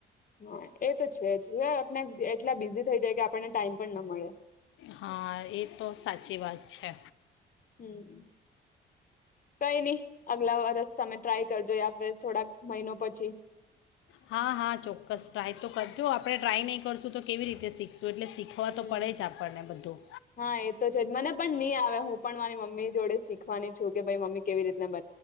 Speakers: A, on the left; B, on the left.
A: હ <unintelligible> એ તો છે જ હ આપને એટલા બિઝી થઈ જાય કે આપણને ટાઈમ પણ ન મળે.
B: હા એ તો સાચી વાત છે.
A: હમ. કઈ નહી અગલા વરસ તમે ટ્રાય કરજો યા ફિર થોડાક મહિનો પછી
B: હા હા ચોક્કસ ટ્રાય તો કર. તો આપણે ટ્રાય નહીં કરશું તો કેવી રીતે શીખશું. એટલે શીખવા
A: હમ
B: તો પડે જ આપણને બધું
A: હા એતો છેજ મને પણ નહી આવે હું. પણ મારી મમ્મી જોડે શીખવાની છું કે ભાઈ મમ્મ કેવી રીતે બ